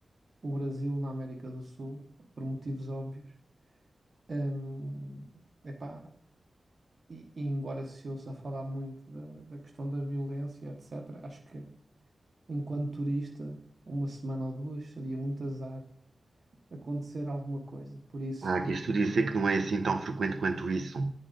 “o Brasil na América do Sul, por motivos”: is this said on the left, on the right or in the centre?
Right